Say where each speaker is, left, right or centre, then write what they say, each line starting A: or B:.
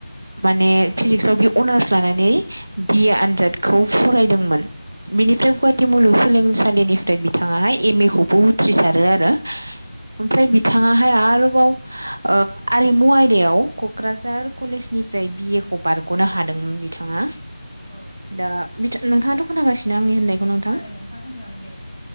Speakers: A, on the right (about 50°); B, in the centre.
A: माने
B: औ
A: फिजिक्सआव बे अनार्स लानानै बिए आनजादखौ फरायदोंमोन। बिनिफ्राय गुवाहाटि मुलुगसोलोंसालिनिफ्राय बिथाङा एम ए खौबो उथ्रिसारो आरो। ओमफ्राय बिथाङा। ओमफाय आरोबाव ओ आरिमु आयदायाव क'क्राझार कलेजनिफ्राय बिए ए बार ग'नो हादोंमोन बिथाङा
B: औ
A: दा नोंथाङाथ खोनागासिनो। नो आंनि होननायखौ नोंथां
B: खोनादों होनदों आं दे